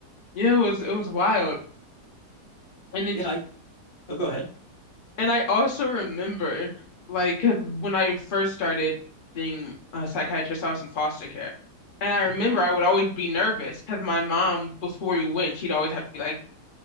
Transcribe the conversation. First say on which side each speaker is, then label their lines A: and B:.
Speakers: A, on the left; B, on the left.
A: yeah. It was it was wild, and it
B: Yeah, I oh, go ahead.
A: And I also remember, like, 'cause when I first started being a psychiatrist, I was in foster care. And I remember
B: Mhm.
A: I would always be nervous because my mom, before we went, she'd always have to be like,